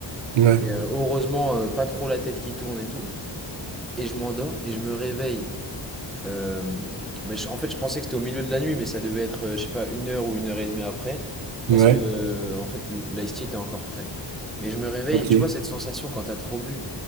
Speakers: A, on the right; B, in the centre.
A: ouais,
B: Et euh, heureusement, euh, pas trop la tête qui tourne et tout. Et je m'endors et je me réveille Euh, mais je- en fait, je pensais que c'était au milieu de la nuit, mais ça devait être, euh, je sais pas, une heure ou une heure et demie après, parce
A: ouais,
B: que, euh, en fait, l'ice tea était encore frais. Mais je me réveille
A: ok,
B: et tu vois cette sensation quand t'as trop bu